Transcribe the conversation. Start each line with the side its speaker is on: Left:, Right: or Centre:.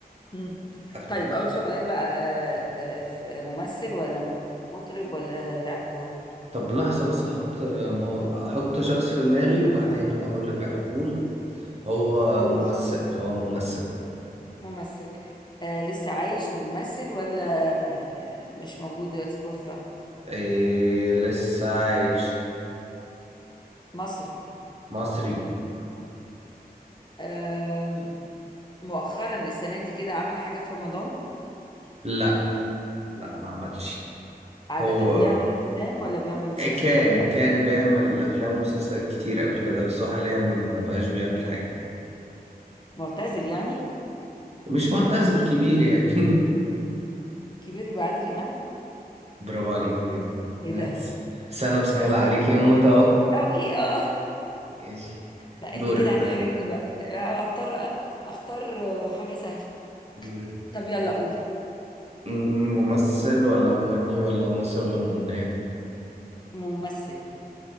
Left: مم.
Right: أك-
Left: طيب أول سؤال بقى آه، آه، ف- ممثل ولا مطرب ولا لاعب كورة
Right: طب لحظة بس هحط آه، ما- هحط شخص في دماغي وبعدين هقولك على طول هو
Left: قول
Right: ممثل هو ممثل
Left: ممثل آه لسه عايش وبيمثل ولا آه مش موجود دلوقتي توفى
Right: إيه لسه عايش
Left: مصري
Right: مصري
Left: آه مؤخرا السنة دي كده عمل حاجة في رمضان
Right: لا لا ما عملش
Left: عادة
Right: هو
Left: بيعمل أفلام ولا بيعمل مسلسلات
Right: كان كان بيعمل افلام ومسلسلات كتير قبل كده بس هو حاليا ما بقاش بيعمل حاجه
Left: معتزل يعني
Right: مش معتزل كبير يعني
Left: كبير يبقى عادل امام
Right: <laughs> برافو عليك بجد
Left: ايه
Right: نايس
Left: ده
Right: بس انا مسهله
Left: اصل
Right: عليك يا موت اهو
Left: قوي اه
Right: ماشي
Left: لا
Right: دورك
Left: انت كده هتحرجني
Right: طيب
Left: بقى أنا هضطر اختار آه، حاجه سهله
Right: دورك
Left: طب يلا قول
Right: م- ممثل ولا مغني ولا ممثل ولا مغنيه
Left: ممثل